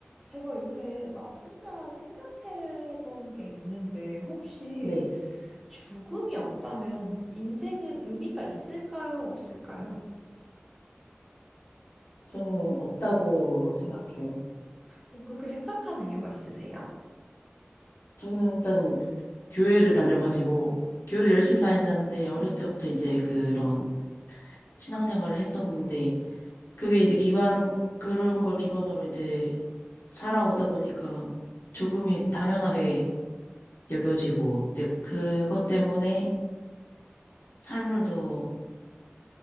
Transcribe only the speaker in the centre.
제가 요새 막 혼자 생각해 본 게 있는데, 혹시
죽음이 없다면 인생은 의미가 있을까요? 없을까요?
뭐 그렇게 생각하는 이유가 있으세요?
음,
음,